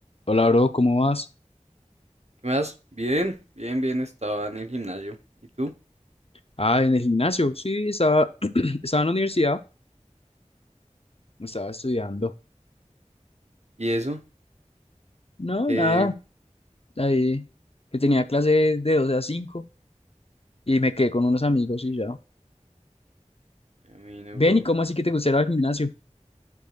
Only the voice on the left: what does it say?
Hola, bro, ¿cómo vas?
Ah, en el gimnasio. Sí, estaba, <clears throat> estaba en la universidad, estaba estudiando.
No,
nada, ahí que tenía clase de 12 a 5 y me quedé con unos amigos
y
ya.
Ven,
¿y cómo así que te gustaría el gimnasio?